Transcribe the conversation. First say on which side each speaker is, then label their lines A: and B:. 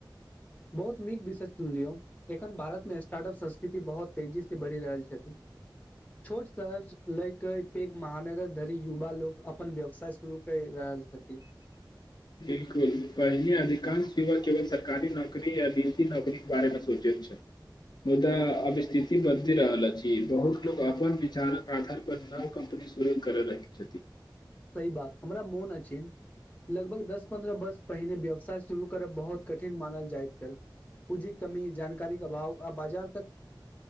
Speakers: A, on the left (about 20°); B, on the left (about 60°).
A: बहुत नीक विषय सुनलियौ एखन भारत मे स्टार्ट अप संस्कृति बहुत तेजी से बढ़ि रहल छथिन छोट शर लै के पैघ महानगर धरी युवा लोकोग अपन व्यवसाय शुरू कर रहल ऐल छथि
B: हंँ बिलकुल पहिने अधिकांश युवा केवल सरकारी नौकरी या निजी नौकरी के बारे मे सोचे छै मुदा अब स्थिति बदलि रहल अछि बहुत लोकोग अपन विचारक आधार पर न क शुरू कर' लगै छथि
A: सही बात हमरा मोन अछि लगभग दस पन्द्रह वर्ष पहिने व्यवसाय शुरू करब बहुत कठिन मानल जाइत पूँजीक कमी जानकारीे अभाव आ बाजार तक